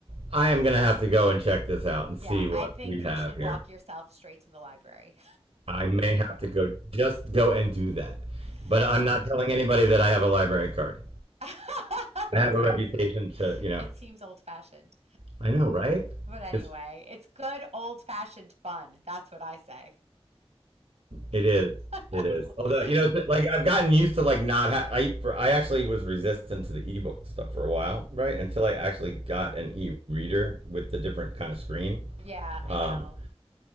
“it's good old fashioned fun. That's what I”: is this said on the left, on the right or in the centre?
Right